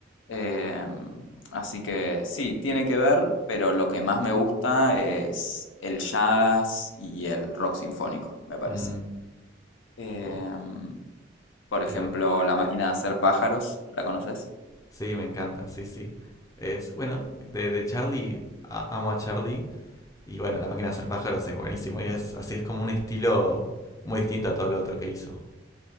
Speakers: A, on the left; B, on the left.
A: em, así que sí, tiene que ver, pero lo que más me gusta es el jazz y el rock sinfónico, me parece.
B: Mm.
A: Em,
B: Uh,
A: por ejemplo,
B: yo-
A: La máquina de hacer pájaros, ¿la conoces?
B: sí, me encanta, sí, sí. Es, bueno, de, de Charlie, a- amo a Charlie. Y bueno, La máquina de hacer pájaros es buenísimo. Y es así, es como un estilo muy distinto a todo lo otro que hizo.